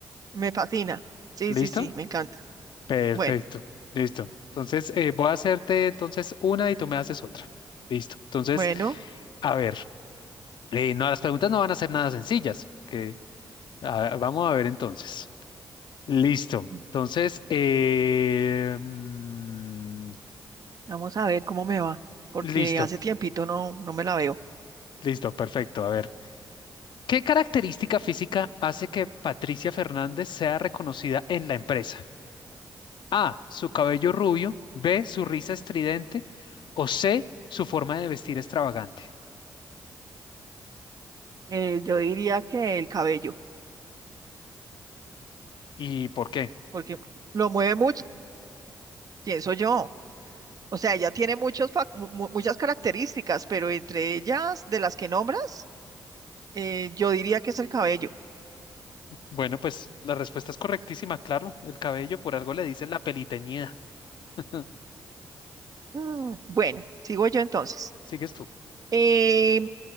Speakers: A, on the right; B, on the left.
A: me fascina. Sí,
B: ¿Listo?
A: sí, sí, me encanta.
B: Perfecto,
A: Bueno,
B: listo. Entonces, eh, voy a hacerte entonces una y tú me haces otra. Listo. Entonces,
A: bueno,
B: a ver, eh, no, las preguntas no van a ser nada sencillas, que ah, vamos a ver entonces. Listo.
A: Mm.
B: Entonces, eh, mm,
A: vamos a ver cómo me va, porque
B: listo,
A: hace tiempito no, no me la veo.
B: listo, perfecto. A ver, ¿qué característica física hace que Patricia Fernández sea reconocida en la empresa? A, su cabello rubio, B, su risa estridente o C, su forma de vestir extravagante.
A: Eh, yo diría que el cabello,
B: ¿Y por qué?
A: porque lo mueve mucho, pienso yo. O sea, ella tiene muchos, fac- mu- mu- muchas características, pero entre ellas, de las que nombras, eh, yo diría que es el cabello.
B: Bueno, pues la respuesta es correctísima, claro. El cabello por algo le dicen la peliteñida. <laughs>
A: Mm. Bueno, sigo yo entonces.
B: ¿Sigues tú?
A: Eh,